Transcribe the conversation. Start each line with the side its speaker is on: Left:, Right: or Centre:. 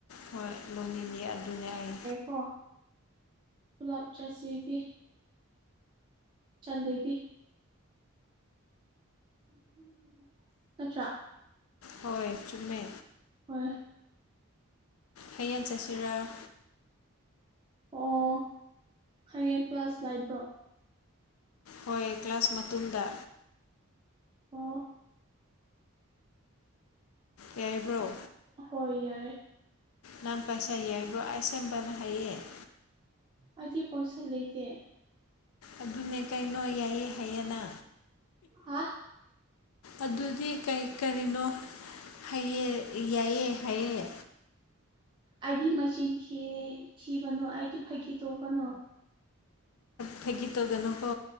Left: ꯍꯣꯏ ꯂꯣꯟꯅꯤꯡꯅꯤꯌꯦ ꯑꯗꯨꯅꯦ ꯑꯩ
Right: ꯑꯣꯣ ꯄꯨꯂꯥꯞ ꯆꯥꯁꯤꯒꯤ ꯆꯗꯗꯤ ꯎꯝ ꯑꯇ꯭ꯔ
Left: ꯍꯣꯏ ꯆꯨꯝꯃꯦ
Right: ꯍꯣꯏ
Left: ꯍꯌꯦꯟ ꯆꯆꯨꯔꯥ
Right: ꯑꯣ ꯍꯌꯦꯡ ꯀ꯭ꯂ꯭ꯂꯥꯁ ꯂꯩꯕ꯭ꯔꯣ
Left: ꯍꯣꯏ ꯀ꯭ꯂꯥꯁ ꯃꯇꯨꯡꯗ
Right: ꯑꯣ
Left: ꯌꯥꯏꯕ꯭ꯔꯣ <inaudible> <unintelligible>
Right: ꯍꯣꯏ ꯌꯥꯏ
Left: ꯅꯝ ꯄꯥꯏꯁꯥꯏꯕꯨ ꯑꯁ ꯁꯦꯝꯕꯅ ꯍꯌꯦ <inaudible>
Right: ꯑꯩꯗꯤ ꯄꯩꯁꯥ ꯂꯩꯇꯦ
Left: ꯑꯗꯨꯅꯦ ꯀꯩꯅꯣ ꯌꯥꯏꯌꯦ ꯍꯥꯏꯌꯦꯅ
Right: ꯍꯥ
Left: ꯑꯗꯨꯗꯤ ꯀꯔꯤ ꯀꯔꯤꯅꯣ ꯍꯥꯏꯌꯦ ꯌꯥꯏꯑ ꯍꯥꯏꯌꯦ
Right: ꯑꯩꯗꯤ ꯃꯆꯤꯟ ꯊꯤꯔꯦ ꯊꯤꯕꯅꯣ ꯑꯩꯗꯤ ꯐꯥꯒꯤ ꯇꯣꯛꯧꯕꯅꯣ
Left: ꯐꯥꯒꯤ ꯇꯧꯒꯅꯨꯀꯣ